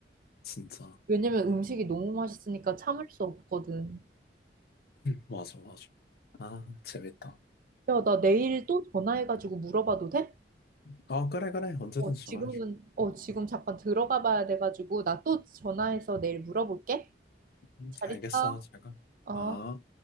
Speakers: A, on the left; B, on the right.
A: 진짜.
B: 왜냐면 음식이 너무 맛있으니까 참을 수 없거든.
A: 맞아, 맞아. 아, 재밌다.
B: 야, 나 내일 또 전화해가지고 물어봐도 돼?
A: 어, 그래, 그래. 언제든지
B: 어, 지금은,
A: 전화해줘.
B: 어, 지금 잠깐 들어가 봐야 돼가지고, 나 또 전화해서 내일 물어볼게.
A: 음,
B: 잘
A: 알겠어,
B: 있어.
A: 제가.
B: 어.
A: 아.